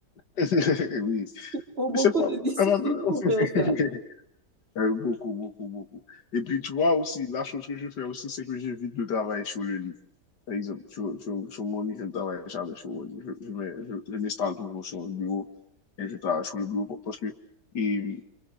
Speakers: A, on the left (about 75°); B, on the right (about 35°).
A: <laughs> oui,
B: Faut beaucoup
A: c'est pas...
B: de discipline
A: <laughs>
B: pour faire ça.
A: Euh, beaucoup, beaucoup, beaucoup. Et puis, tu vois aussi, la chose que je fais aussi, c'est que j'évite de travailler sur le lit. Par exemple, sur, sur, sur mon lit, je ne travaille jamais sur mon lit. Je, je mets- je- je m'installe toujours sur le bureau et je travaille sur le bureau parce que et